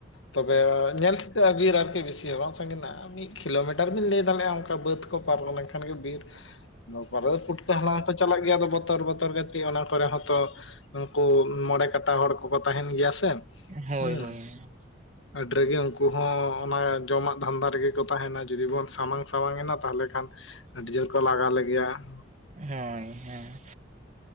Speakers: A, on the left; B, on the right.
A: ᱛᱚᱵᱮ ᱧᱮᱞ ᱴᱷᱤᱠᱟᱹᱜᱼᱟ ᱵᱤᱨ ᱟᱨᱠᱤ ᱵᱮᱥᱤ ᱦᱚᱸ ᱵᱟᱝ, ᱢᱤᱫ ᱠᱤᱞᱳᱢᱤᱴᱟᱨ ᱵᱤᱱ ᱞᱟᱹᱭ ᱫᱟᱲᱮᱭᱟᱜᱼᱟ ᱚᱱᱠᱟ ᱵᱟᱹᱫ ᱠᱚ ᱯᱟᱨᱚᱢ ᱞᱮᱱᱠᱷᱟᱱ ᱜᱮ ᱵᱤᱨ, ᱵᱟᱵᱟᱨᱮ ᱯᱩᱴᱠᱟᱹ ᱦᱟᱞᱟᱝ ᱦᱚᱸ ᱠᱚ ᱪᱟᱞᱟᱜ ᱜᱮᱭᱟ ᱟᱫᱚ, ᱵᱚᱛᱚᱨ ᱵᱚᱛᱚᱨ ᱠᱟᱹᱴᱤᱡ ᱚᱱᱟ ᱠᱚᱨᱮ ᱦᱚᱸ ᱛᱚ ᱩᱱᱠᱩ ᱢᱚᱬᱮ ᱠᱟᱴᱟ ᱦᱚᱲ ᱠᱚᱠᱚ ᱛᱟᱦᱮᱱ ᱜᱮᱭᱟ ᱥᱮ,
B: ᱦᱳᱭ
A: ᱦᱩᱸ
B: ᱦᱳᱭ ᱾
A: ᱟᱹᱰᱤ ᱨᱟᱹᱜᱮ ᱩᱱᱠᱩ ᱦᱚᱸ ᱚᱱᱟ ᱡᱚᱢᱟᱜ ᱫᱷᱟᱱᱫᱟ ᱨᱮᱜᱮ ᱠᱚ ᱛᱟᱦᱮᱱᱟ ᱡᱩᱫᱤ ᱵᱚᱱ ᱥᱟᱢᱟᱝ ᱥᱟᱢᱟᱝ ᱮᱱᱟ ᱛᱟᱦᱚᱞᱮ ᱠᱷᱟᱱ, ᱟᱹᱰᱤ ᱡᱳᱨ ᱠᱚ ᱞᱟᱜᱟ ᱞᱮᱜᱮᱭᱟ ᱾
B: ᱦᱳᱭ ᱦᱮᱸ,